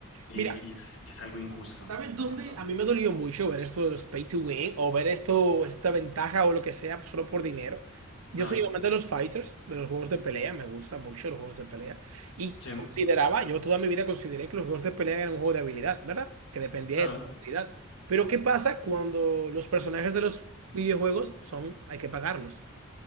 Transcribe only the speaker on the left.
Eh,
y es, y es algo injusto, la
¿verdad?
A
ver,
sí,
claro.